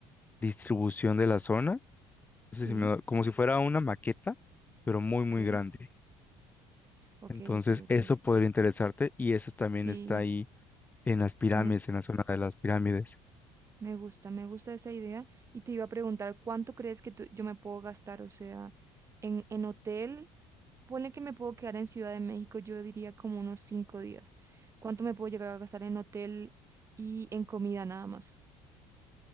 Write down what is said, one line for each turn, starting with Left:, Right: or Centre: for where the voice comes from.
Left: distribución de la zona, no
Right: sí,
Left: sé si me doy- como si fuera una maqueta, pero muy,
Right: ok,
Left: muy grande.
Right: ok,
Left: Entonces,
Right: ok, ok.
Left: eso podría interesarte y eso también
Right: Sí,
Left: está ahí en las pirámides,
Right: me,
Left: en la zona de las pirámides.
Right: Me gusta, me gusta esa idea. Y te iba a preguntar, ¿cuánto crees que tú- yo me puedo gastar? O sea, en, en hotel, ponle que me puedo quedar en Ciudad de México, yo diría como unos cinco días. ¿Cuánto me puedo llegar a gastar en hotel y en comida nada más?